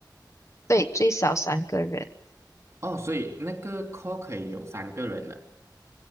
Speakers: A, on the left; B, on the right.
A: 对，最少三个人。
B: 哦，所以那个 call 可以有三个人的，